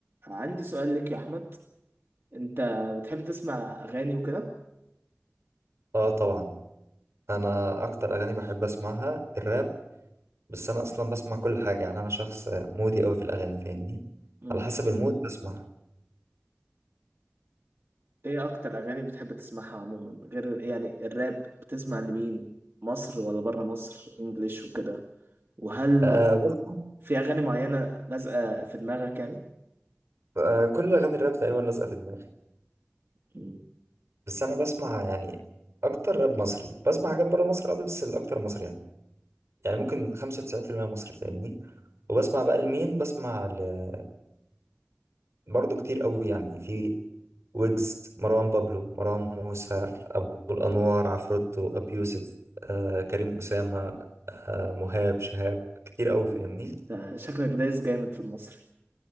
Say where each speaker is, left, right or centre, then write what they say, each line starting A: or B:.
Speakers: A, on the right (about 60°); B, on the right (about 80°).
A: عندي سؤال ليك يا احمد انت بتحب تسمع اغاني وكده
B: اه طبعا انا اكتر اغاني بحب اسمعها الراب بس انا اصلا بسمع كل حاجه يعني انا شخص مودي قوي في الاغاني فاهمني
A: امم
B: على حسب المود بسمع
A: ايه اكتر اغاني بتحب تسمعها عموما غير يعني الراب بتسمع لمين مصر ولا بره مصر انجليش وكده وهل
B: آه بسمع
A: في اغاني معينة لازقة في دماغك يعني
B: آه كل اغاني الراب تقريبا لازقه في دماغي
A: امم
B: بس انا بسمع يعني اكتر راب مصري بسمع حاجات بره مصر اه بس الاكتر مصري يعني يعني ممكن 95% مصري فاهمني وبسمع بقى لمين بسمع ل... برضه كتير قوي يعني في ويجز مروان بابلو مروان موسى أبو الأنوار عفروتو أبي يوسف آه كريم أسامة آه مهاب شهاب كتير أوي فاهمني
A: ده شكلك دايس جامد في المصري